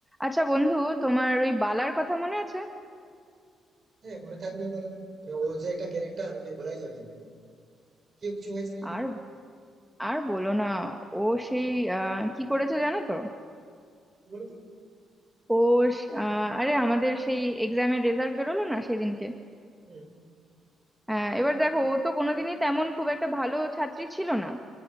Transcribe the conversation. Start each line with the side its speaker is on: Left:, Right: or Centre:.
Centre: আচ্ছা বন্ধু তোমার ওই বালার কথা মনে আছে
Right: হ্যাঁ মনে থাকবে না বলো মানে ও যে একটা ক্যারেক্টার ওকে ভোলাই যাবে না কেউ কিছু হয়েছে নাকি
Centre: আর আর বলো না ও সেই আহ, কি করেছে জানো তো
Right: কি বলতো
Centre: ও স- আহ, আরে আমাদের সেই এক্সামের রেজাল্ট বেরোলো না সেদিনকে
Right: হ্যাঁ
Centre: আহ, এবার দেখো ও তো কোনোদিনই তেমন খুব একটা ভালো ছাত্রী ছিল না